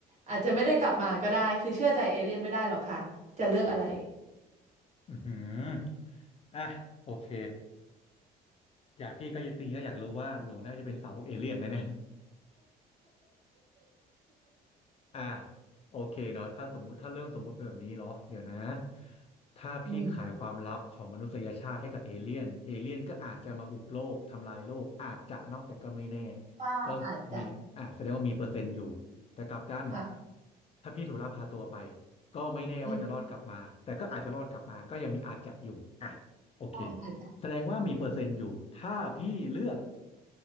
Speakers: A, on the right; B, on the left.
A: อาจจะไม่ได้กลับมาก็ได้คือเชื่อใจเอเลี่ยนไม่ได้หรอกค่ะจะเลือกอะไร
B: อือหืออ่ะโอเคอยากพี่ก็อยากตีก็อยากรู้ว่าหนูน่าจะเป็นสาวกเอเลี่ยนนะเนี่ย อ่ะโอเคเนาะถ้าสมมุติถ้าเรื่องสมมุติเป็นแบบนี้เหรอเดี๋ยวนะถ้าพี่ขายความลับของมนุษยชาติให้กับเอเลี่ยนเอเลี่ยนก็อาจจะมาบุกโลกทำลายโลกอาจจะเนาะแต่ก็ไม่แน่
A: อืมใช่อาจจะ
B: ก็มีอ่ะแสดงว่ามีเปอร์เซ็นต์อยู่แต่กลับกัน
A: ค่ะ
B: ถ้าพี่ถูกลักพาตัวไปก็ไม่แน่ว่าจะรอดกลับมาแต่ก็อาจจะรอดกลับมาก็ยังมีอาจจะอยู่อ่ะโอเค
A: อืมใช่อาจจะ
B: แสดงว่ามีเปอร์เซ็นต์อยู่ถ้าพี่เลือก